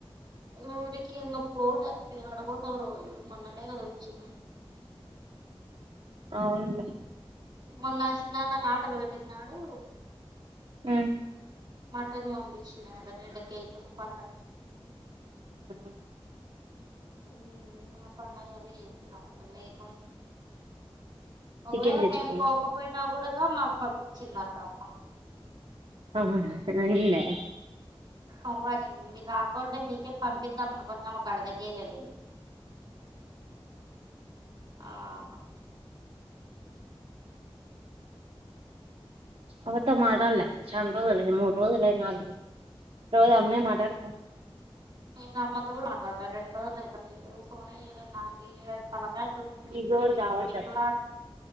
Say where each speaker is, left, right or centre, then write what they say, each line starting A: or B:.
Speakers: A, on the right (about 50°); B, on the right (about 65°).
A: ఊరికింగ పోలా యాడపొతవ్రో మోన్ననే గదొచ్చింది
B: అవ్నులే
A: మొన్న చిన్నాన యాటలు పెట్టిన్నాడు
B: ఉ మ్
A: మటన్ పంపించినాడు రెండు కేజీలు పండక్కి
B: ఆ
A: ఓ మా పండగదే చేసినాము ఇంగ లేకుంటే ఒకవేళ
B: చికెన్ తెచ్చుకున్న
A: మేము పోకపోయినా కూడాగా మాకు పంపించిందంట అమ్మ
B: ఆహ్ అన్నిందా
A: అవ్వనే మీ రాకుండా మీ కే పంపిద్దాం అనుకున్నా ఒక అరదకేజి అనింది ఆహ్
B: అవత మాడల్లే చాన రోజులై మూడు రోజులై నాలుగు రోజు అమ్మే మాటడత
A: నేను అమ్మతో కూడా మాట్లాడలే రెండోజులైతుంది మీరు పోనే చేయలే నాకి తలకా
B: నీకు ఎవరు
A: ఏడ
B: కావాల్సి
A: పీకులాట